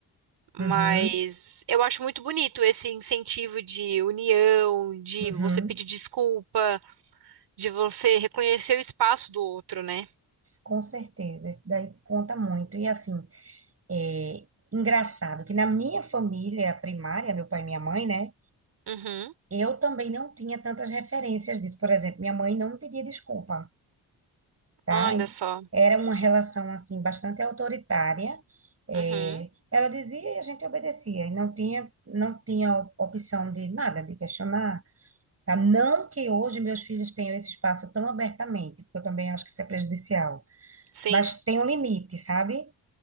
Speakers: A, on the right; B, on the right.
A: Mas
B: Uhum.
A: eu acho muito bonito esse incentivo de união, de
B: Uhum,
A: você pedir desculpa, de você reconhecer o espaço do outro, né?
B: com certeza, isso daí conta muito. E assim, é engraçado que na minha família primária, meu pai e minha mãe, né?
A: Uhum.
B: Eu também não tinha tantas referências disso. Por exemplo, minha mãe não me pedia desculpa, tá?
A: Olha só.
B: Era uma relação, assim, bastante autoritária. É,
A: Uhum.
B: ela dizia e a gente obedecia. E não tinha, não tinha opção de nada, de questionar. Tá? Não que hoje meus filhos tenham esse espaço tão abertamente, porque eu também acho que isso é prejudicial.
A: Sim.
B: Mas tem um limite, sabe?